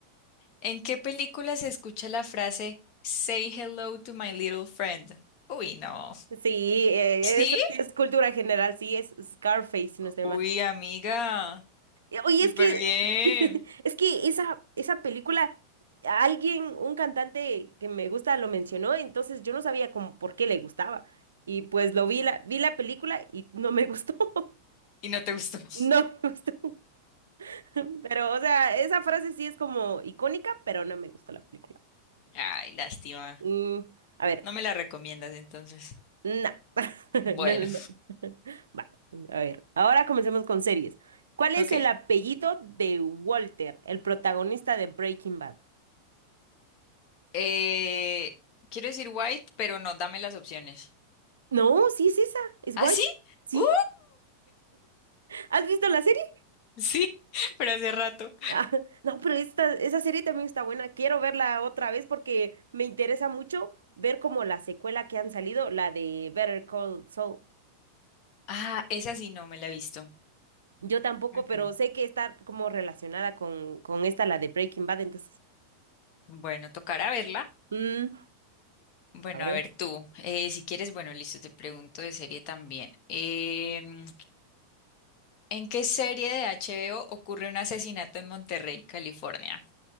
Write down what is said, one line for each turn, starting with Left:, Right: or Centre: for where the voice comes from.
Left: ¿en qué película se escucha la frase Say hello to my little friend? Uy, no.
Right: Sí, eh,
Left: ¿Sí?
Right: eso sí es cultura general, sí, es Scarface, si no estoy
Left: Uy,
Right: mal.
Left: amiga.
Right: Eh, Oye,
Left: Súper
Right: es que,
Left: bien.
Right: <laughs> es que esa, esa película, alguien, un cantante que me gusta lo mencionó, entonces yo no sabía como por qué le gustaba. Y pues lo vi la, vi la película y no me gustó. <laughs>
Left: ¿Y no te gustó? <laughs>
Right: No me gustó. <laughs> Pero, o sea, esa frase sí es como icónica, pero no me gustó la película.
Left: Ay, lástima.
Right: Mm, a ver,
Left: No me la recomiendas entonces.
Right: no. <laughs>
Left: Bueno,
Right: No, no, no. <laughs> Va, a ver, ahora comencemos con series. ¿Cuál
Left: <laughs>
Right: es
Left: ok.
Right: el apellido de Walter, el protagonista de Breaking Bad?
Left: Eh, quiero decir white, pero no, dame las opciones.
Right: No, sí es esa, es
Left: ¿Ah,
Right: White.
Left: sí?
Right: ¿Sí?
Left: ¡Uh!
Right: ¿Has visto la serie?
Left: Sí, <laughs> pero hace rato.
Right: Ah, <laughs> no, pero esta, esa serie también está buena. Quiero verla otra vez porque me interesa mucho ver como la secuela que han salido, la de Better Call Saul.
Left: Ah, esa sí no me la he visto.
Right: Yo tampoco,
Left: Ujú.
Right: pero sé que está como relacionada con, con esta, la de Breaking Bad, entonces.
Left: Bueno, tocará verla.
Right: mm,
Left: Bueno,
Right: a ver.
Left: a ver tú, eh, si quieres, bueno, listo, te pregunto de serie también. Em, ¿en qué serie de HBO ocurre un asesinato en Monterrey, California?